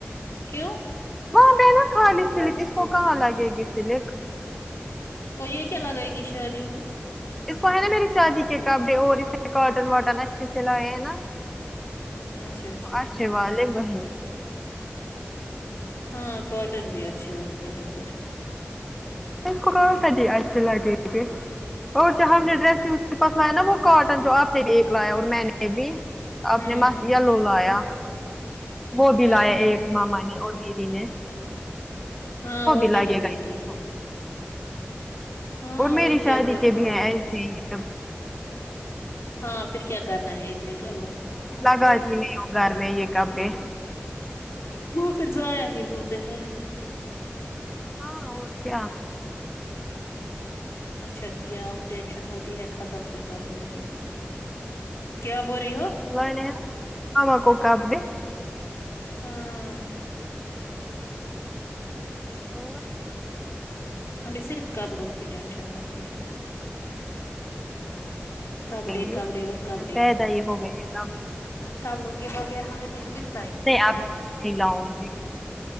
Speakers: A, on the left; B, in the centre.
A: کیوں
B: وہاں پہ نا خالی سیلک اس کو کہاں لگے گی سیلک
A: تو یہ کیا لگائے گی شادیوں میں
B: اس کو ہے نا میری شادی کے کپڑے اور اس میں کاٹن واٹن اچھے سے لائے ہیں نا
A: اچھا
B: اچھا
A: ٹھیک
B: والے
A: ہے
B: وہی
A: ہاں کاٹن بھی اچھے لگتے ہیں پھر
B: اس کو کونسے آچھے لگے گے اور جو ہم نے ڈریس بھی پسویا نا وہ کاٹن جو آپ نے بھی ایک لایا اور میں نے بھی آپ
A: ہوں
B: نے مست یلو لایا وہ
A: ہوں
B: بھی لایا
A: ہوں
B: ایک ماما نے اور دیدی نے
A: ہاں وہ
B: لگے
A: بھی لگیں
B: گا اس
A: گے
B: کو
A: ہاں
B: میری
A: اور کیا
B: شادی
A: پھر
B: کے
A: تو
B: بھی
A: ہے
B: ہیں ایسے
A: اتنے
B: ہی اب
A: ہاں پھر کیا کرنا ہے اتنے کپڑوں کو
B: لگا تی نہیں یو گھر میں یہ کپڑے
A: وہ
B: نا
A: پھر ضائع ہی ہوتے ہیں
B: ہاں اور کیا
A: اچھا کیا اب ٹینشن ہوتی ہے ختم پھر کپڑوں کی کیا بول رہی ہو
B: میں نے <unintelligible> کو کپڑے
A: ہاں
B: اور
A: ہمیں صرف کپڑوں کی ٹینشن ہوتی ہے کپڑے
B: گے
A: کپڑے اور کپڑے
B: ہم پیدا ہی ہو گئے اب
A: کپڑوں کے بغیر ہمیں کچھ دکھ
B: نہیں آپ میں کچھ نہیں لاؤں گی